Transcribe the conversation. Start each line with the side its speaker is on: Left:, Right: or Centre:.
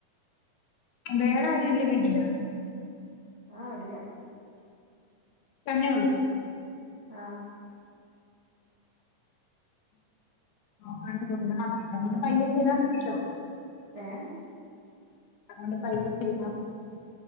Left: വേറെ ആരുല്ലെവീട്ടില്
Right: ആ ഇല്ല
Left: തന്നെള്ളൂ
Right: ആഹ്
Left: നോക്കാണ്ട് കൊണ്ട അപ്പൊ പിന്നെ പയ്യെ ചെയ്താ മതിയല്ലോ
Right: ഏ
Left: അതോണ്ട്പയ്യെ ചെയ്താ മതി